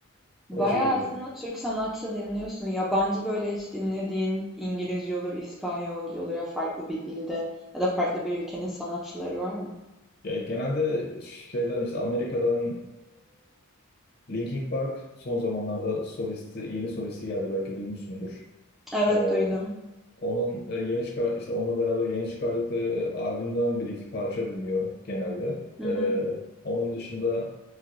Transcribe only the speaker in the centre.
Bayağı
aslında Türk sanatçı dinliyorsun. Yabancı böyle hiç dinlediğin İngilizce olur, İspanyolca olur ya farklı bir dilde ya da farklı bir ülkenin sanatçıları var mı?
Evet
duydum.
Hı
hı,